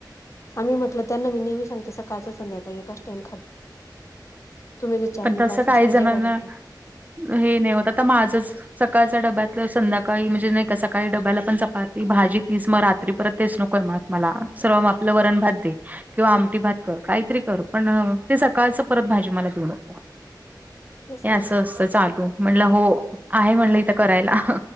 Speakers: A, on the left; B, on the right.
A: आम्ही म्हटलं त्यांना मी नेहमी सांगते. सकाळचा संध्याकाळी एकाच टाम तुम्ही जर चार
B: पण
A: आणि
B: तसं
A: पाच
B: काही
A: वाजता
B: जणांना
A: जेवय जाते.
B: हे नाही होत आता माझंच सकाळच्या डब्यातलं संध्याकाळी म्हणजे नाही. का सकाळी डब्याला पण चपाती भाजी तीच मग रात्री परत तेच नकोय मग मला सर्व आपलं वरण भात दे किंवा आमटी भात कर काहीतरी कर पण ते सकाळच परत भाजी मला देऊ नक
A: तेच
B: हे
A: ना
B: असं असतं. चालू म्हणलं हो आहे म्हणलं इथं करायला